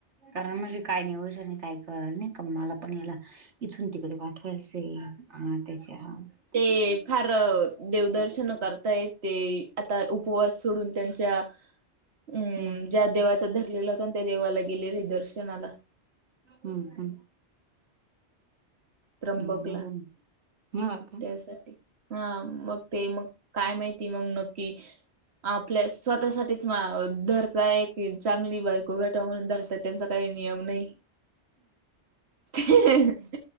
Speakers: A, on the right; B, on the right.
A: कारण म्हणजे कायं? नीवज आणि काय? कळं नाही का मला पण याला. - <inaudible> इथून तिकडे पाठवायचे अ त्याच्या हं. -
B: तें फारं. देवदर्शन करतांयेत ते आता उपवास सोडून त्यांच्या. - ह्म्म्
A: हम्म
B: ज्या देवाचा धरलेला होता ना त्या देवाला गेले हे दर्शनाला. -
A: हम्ं हम्ं.
B: त्र्यंबकलां
A: हम्म हा का
B: त्यासाठी. - हं मगं ते मगं काय? माहिती मगं नक्की. - आपल्या स्वतःसाठीचं मागं. - धरतायं की चांगली बायको भेटवा म्हणून धरतायं त्यांचा काही नियम. - नाहीं. <unintelligible> हीईई